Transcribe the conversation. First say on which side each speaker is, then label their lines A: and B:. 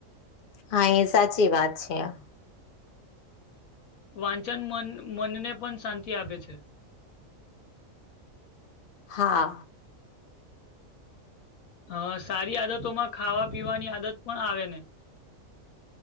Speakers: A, on the left (about 50°); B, on the left (about 85°).
A: હા એ સાચી વાત છે આ.
B: વાંચન મન મનને પણ શાંતિ આપે છે.
A: હા.
B: હ સારી આદતોમાં ખાવા પીવાની આદત પણ આવે ને.